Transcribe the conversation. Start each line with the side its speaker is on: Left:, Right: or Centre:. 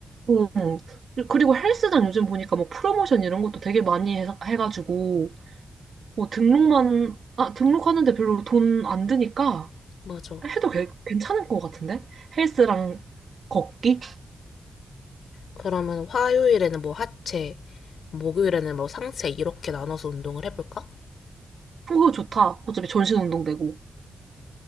Right: 음, 그리고 헬스장 요즘 보니까 뭐 프로모션 이런 것도 되게 많이 해, 해가지고. 뭐 등록만, 아, 등록하는데 별로 돈 안 드니까
Left: 맞아
Right: 해도 괜- 괜찮을 것 같은데? 헬스랑 걷기?
Left: 그러면 화요일에는 뭐 하체 목요일에는 뭐 상체 이렇게 나눠서 운동을 해볼까?
Right: 그거 좋다. 어차피 전신 운동 되고.